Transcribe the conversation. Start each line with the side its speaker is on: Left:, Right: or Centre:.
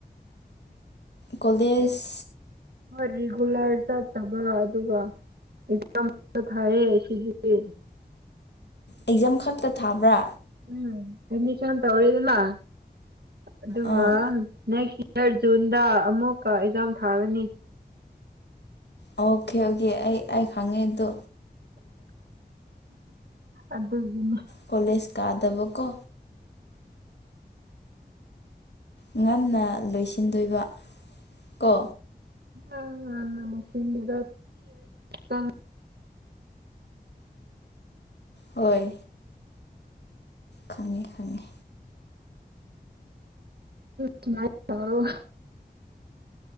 Left: ꯀꯂꯦꯖ
Right: ꯔꯤꯒꯨꯂꯔ ꯆꯠꯇꯕ ꯑꯗꯨ ꯑꯗꯨꯒ ꯊꯑꯌꯦ ꯁꯤꯒꯤꯦ
Left: ꯑꯦꯛꯖꯥꯝ ꯈꯛꯇ ꯊꯥꯕ꯭ꯔꯥ
Right: ꯎꯝ ꯍꯅꯤꯁ ꯇ ꯍꯗꯅ ꯑꯗꯨ
Left: ꯑꯥ
Right: ꯅꯦꯛꯁ ꯏꯔ ꯖꯨꯟꯗ ꯑꯃꯨꯛꯀ ꯑꯦꯛꯖꯥꯝ ꯊꯥꯒꯅꯤ
Left: ꯑꯣꯀꯦ ꯑꯣꯀꯦ ꯑꯩ ꯑꯩ ꯈꯪꯉꯦꯗꯣ
Right: ꯑꯗꯨꯒꯤꯅꯦ
Left: ꯀꯣꯂꯦꯖ ꯀꯥꯗꯕꯀꯣ ꯉꯟꯅ ꯂꯣꯏꯁꯤꯟꯗꯣꯏꯕ ꯀꯣ
Right: ꯑ ꯃꯁꯤꯟꯗ ꯊ
Left: ꯍꯣꯏ ꯈꯪꯉꯦ ꯈꯪꯉꯦ
Right: ꯁꯃꯔꯣ